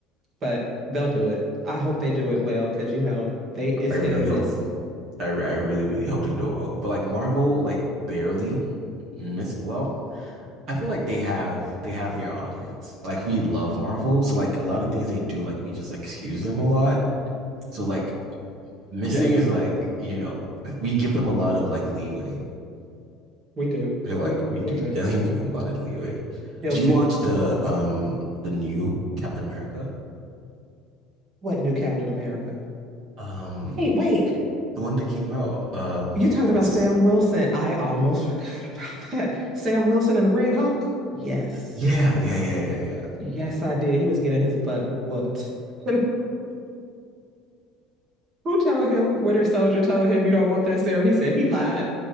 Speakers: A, on the right; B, on the right.
A: But they'll do it. I hope they
B: Yeah.
A: do it well because you know they it's
B: I really
A: hit or miss.
B: hope. I I really really hope they do it well. But like Marvel, like barely miss. Well, I feel like they have they have their audience. Like we love Marvel, so like a lot of things they do, like we just excuse them a lot. So like missing
A: Yes,
B: is like you know we give them a lot of like leeway.
A: we do.
B: I feel
A: We
B: like we
A: we
B: do
A: do.
B: definitely give them a lot of leeway.
A: Guilty.
B: Do you watch the um the new Captain America?
A: What new Captain America?
B: Um,
A: Wait, wait.
B: the one that came out. Um,
A: You talking
B: what's
A: about Sam Wilson? I almost forgot about that. Sam Wilson and the Red Hulk. Yes,
B: Yeah, yeah, yeah, yeah,
A: yes, I did. He was getting his butt whooped. <laughs> And who told him? Winter Soldier told him you don't want that serum. He said he lied.